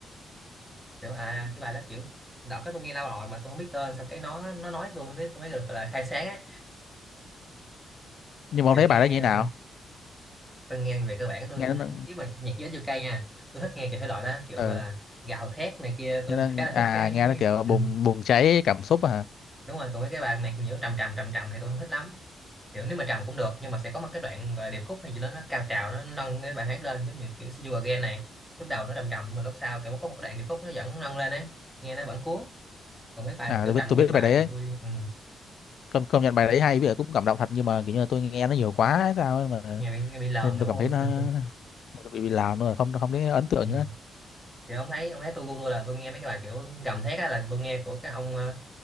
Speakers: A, in the centre; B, on the left (about 65°).
A: kiểu à cái bài đó kiểu đợt cái tôi nghe lâu rồi mà tôi không biết tên sau cái nó nó nói tôi với tôi mới được là khai sáng á
B: nhưng mà
A: kiểu
B: ông thấy
A: nghe
B: bài đó như thế nào
A: tôi nghe về cơ bản tôi
B: nghe
A: cũng
B: nó
A: nếu mà nhạc giới u ca nha tôi thích nghe cái thể loại đó kiểu
B: ờ
A: gọi là gào thét này kia tôi
B: nghe nó
A: khá là thích
B: à
A: cái
B: nghe nó kiểu
A: <laughs> ừ,
B: bùng bùng cháy cảm xúc à
A: đúng rồi còn mấy cái bài nhạc nhiễu trầm trầm trầm trầm thì tôi không thích lắm kiểu nếu mà trầm cũng được nhưng mà sẽ có một cái đoạn gọi là điệp khúc hay gì đó nó cao trào nó nâng cái bài hát lên giống như kiểu See You Again này lúc đầu nó trầm trầm mà lúc sau kiểu có một cái đoạn điệp khúc nó vẫn nâng lên ấy nghe nó vẫn cuốn còn mấy bài
B: à
A: mà kiểu
B: tôi
A: trầm
B: biết tôi
A: nguyên
B: biết
A: bài
B: bài đấy ấy.
A: tôi ừ,
B: công công nhận bài
A: như
B: đấy hay bây giờ cũng cảm động thật nhưng mà kiểu như là tôi nghe nó nhiều quá hay sao ấy mà
A: nghe bị nghe bị lờn
B: nên
A: đúng
B: tôi cảm
A: không
B: thấy nó nó bị bị làm rồi không không thấy ấn tượng
A: ừ.
B: nữa
A: kiểu ông thấy ông thấy tôi gu tôi là tôi nghe mấy cái bài kiểu gầm thét á là tôi nghe của cái ông ờ,